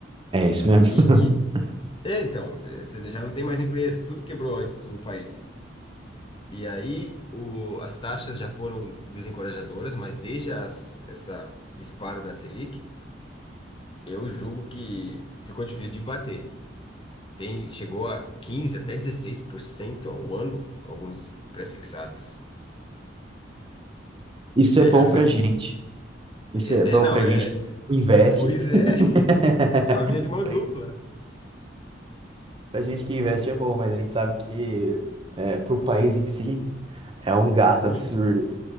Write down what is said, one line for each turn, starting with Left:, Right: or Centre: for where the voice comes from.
Right: É isso mesmo.
Left: E, e
Right: <laughs>
Left: é, então, é, você já não tem mais empresa, tudo quebrou antes do país. E aí o, as taxas já foram desencorajadoras, mas desde as, essa disparo da Selic, Eu julgo que ficou difícil de bater. Tem, chegou a 15 até 16% ao ano, alguns prefixados.
Right: Isso
Left: É,
Right: é bom
Left: Eu não
Right: pra
Left: sei. eu-
Right: gente. Isso
Left: É,
Right: é bom
Left: é, não,
Right: pra
Left: é.
Right: gente que investe.
Left: Pois é,
Right: <laughs>
Left: <laughs> é uma via de mão
Right: Pra,
Left: dupla.
Right: gen- pra gente que investe é bom, mas a gente sabe que é, pro país em si é um gasto
Left: Sim.
Right: absurdo.